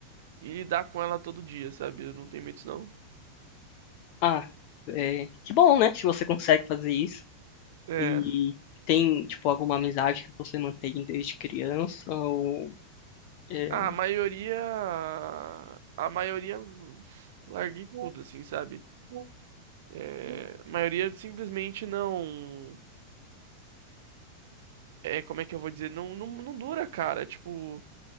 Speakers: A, on the right (about 55°); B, on the left (about 45°).
A: e lidar com ela todo dia, sabe? Eu não tenho medo disso, não.
B: Ah, é, que bom, né? Que você consegue fazer isso.
A: É.
B: E tem, tipo, alguma amizade que você mantém desde criança ou é,
A: A maioria. A maioria. Larguei tudo, assim, sabe? É, a maioria simplesmente não. É, como é que eu vou dizer? Não, não, não dura, cara. Tipo,